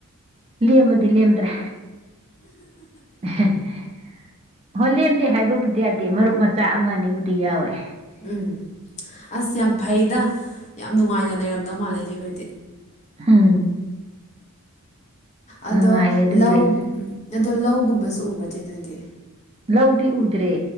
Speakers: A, on the right; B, on the left.
A: ꯂꯦꯝꯕꯗꯤ ꯂꯦꯝꯗ꯭ꯔꯦ <unintelligible> ꯍꯣꯂꯦꯟꯗꯤ ꯍꯥꯏꯕꯕꯨꯗꯤ ꯌꯥꯗꯦ ꯃꯔꯨꯞ ꯃꯆꯥ ꯑꯃ ꯑꯅꯤꯕꯨꯗꯤ ꯌꯥꯎꯋꯦ
B: ꯎꯝ ꯑꯁ ꯌꯥꯝ ꯐꯩꯗ ꯌꯥꯝ ꯅꯨꯡꯉꯥꯏꯅ ꯂꯩꯔꯝꯗꯧ ꯃꯥꯜꯂꯦ ꯏꯆꯦꯈꯣꯏꯗꯤ
A: ꯎꯝ
B: ꯑꯗꯣ
A: ꯅꯨꯡꯉꯥꯏꯌꯦ ꯑꯗꯨꯏꯗꯤ
B: ꯂꯧ ꯑꯗꯣ ꯂꯧꯒꯨꯝꯕꯁꯨ ꯎꯕ꯭ꯔ ꯆꯦ ꯅꯣꯏꯗꯤ
A: ꯂꯧꯗꯤ ꯎꯗ꯭ꯔꯦ